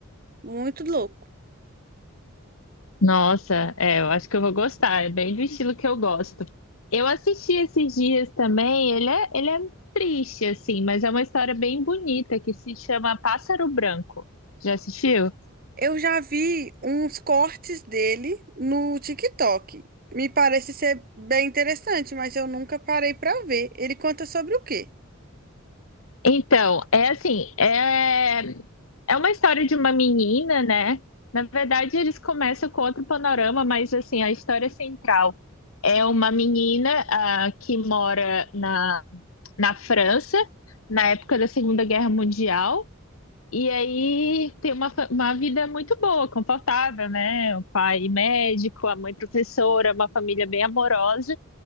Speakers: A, on the right; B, on the left.
A: Muito louco.
B: Nossa, é, eu acho que eu vou gostar. É bem do estilo que eu gosto. Eu assisti esses dias também. Ele é, ele é triste, assim, mas é uma história bem bonita que se chama Pássaro Branco. Já assistiu?
A: Eu já vi uns cortes dele no TikTok. Me parece ser bem interessante, mas eu nunca parei pra ver. Ele conta sobre o quê?
B: Então, é assim, é, é uma história de uma menina, né? Na verdade, eles começam com outro panorama, mas assim, a história central é uma menina, ah, que mora na, na França, na época da Segunda Guerra Mundial. E aí tem uma, fa- uma vida muito boa, confortável, né? O pai médico, a mãe professora, uma família bem amorosa.